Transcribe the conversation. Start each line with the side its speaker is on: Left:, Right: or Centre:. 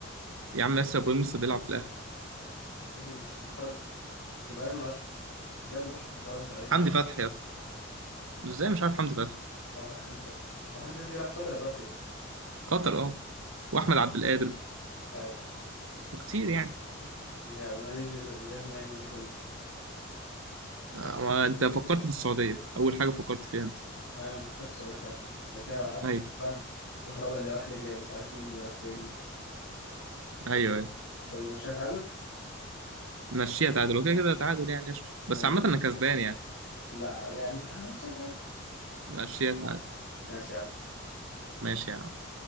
Right: يا عم ياسر ابراهيم لسه بيلعب في الاهلي
Left: يا ابني مش مش خرج يبقى ايمن اشرف بس ايمن اشرف في فرنسا ايه اللي
Right: حمدي
Left: هيبقى
Right: فتحي يا اسطى ازاي مش عارف حمدي فتحي
Left: اه صح حمدي فتحي هو حمدي فتحي بيلعب في قطر ولا بيلعب فين؟
Right: قطر اه واحمد عبد القادر
Left: ايوه صح
Right: وكتير يعني
Left: هي ما دي مش مش جايه في دماغي الناس دي كلها
Right: آه، ما انت فكرت في السعوديه اول حاجه فكرت فيها انت
Left: ايوه انا فكرت السعوديه فعلا بعد كده قعدت
Right: ايوه
Left: افكر بقى في الكهرباء اللي راح ليبيا ومش عارف مين اللي راح فين
Right: ايوه ايوه
Left: طب مشيها تعادل؟
Right: مشيها تعادل وكده كده تعادل يعني قشطه بس
Left: ما يت-
Right: عامه انا كسبان يعني
Left: لا يعني ها مشيها تعادل
Right: مشيها تعادل
Left: ماشي يا عم
Right: ماشي يا عم